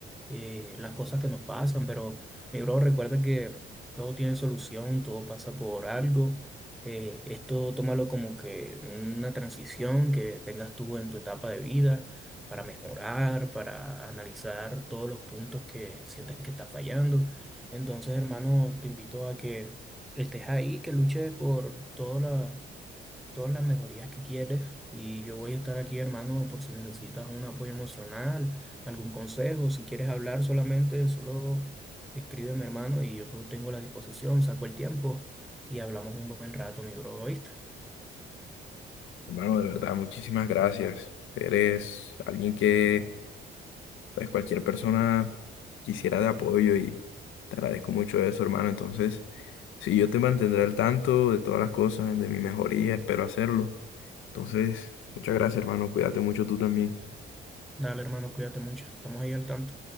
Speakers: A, in the centre; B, on the left.
A: eh, las cosas que nos pasan, pero mi bro, recuerda que todo tiene solución, todo pasa por algo. Eh, esto tómalo como que una transición que tengas tú en tu etapa de vida para mejorar, para analizar todos los puntos que sientes que estás fallando. Entonces, hermano, te invito a que estés ahí, que luches por todas las todas las mejorías que quieres y yo voy a estar aquí, hermano, por si necesitas un apoyo emocional, algún consejo, si quieres hablar solamente, solo escríbeme, hermano, y yo tengo la disposición, saco el tiempo y hablamos un buen rato, mi bro, ¿oíste?
B: Hermano, de verdad, muchísimas gracias. Eres alguien que pues cualquier persona quisiera de apoyo y te agradezco mucho eso, hermano. Entonces, sí, yo te mantendré al tanto de todas las cosas, de mi mejoría, espero hacerlo. Entonces, muchas gracias, hermano. Cuídate mucho tú también.
A: Dale, hermano, cuídate mucho, estamos ahí al tanto.